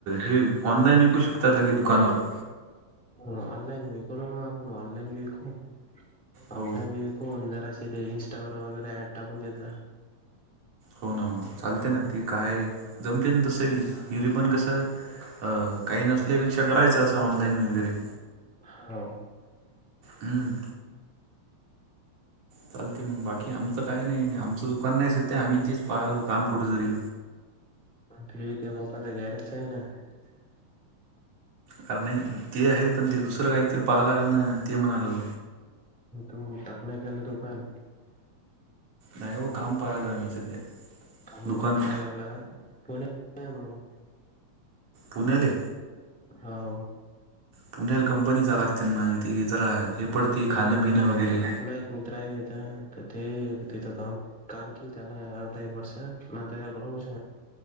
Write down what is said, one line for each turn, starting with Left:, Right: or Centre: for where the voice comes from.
Right: हे ऑनलाईन वऐिकू शकताात ल की दुकानवर
Centre: ह ऑनलाईन विकू ना मग आपण ऑनलाईन बी विकू
Right: हो.
Centre: ऑफलाईन बी व फोन जरा अस ते इं्स्टा ववर वगैरे ऍड टाकून देत.
Right: हो ना हो ना चालते ना ती काय जमते ना तसंवी हिरी पण कसं? अ काही नसल्यापेक्षा करायचं असं ऑनलाईन वगैरे
Centre: हो.
Right: हम्. चालते मग बाकी आमचं काय नाही आमचं दुकान नाही सध्या आम्ही तेच पाहालो काम कुठं जरी
Centre: ते ते होपाच गॅरच आहे ना.
Right: कारण नाही ते आहे पण ते दुसरं काहीतरी पहां लागल ना ते म्हणालो.
Centre: तु टाक नाही ख दोकान
Right: नाही हो काम पाहिलो आम्ही सध्या
Centre: म्हण
Right: दुकान
Centre: जॉप क लागला का पुणे मग
Right: पुण्याले
Centre: हो.
Right: पुण्याला कंपनी जा लागते मग ते जरा हे पडते खाणं
Centre: अरे नाही
Right: पिणं वगैरे
Centre: आपला एक मित्र आहे तिथं तर ते तिथं काम काम केलं त्याना अर्ध एक वर्ष नंतर बष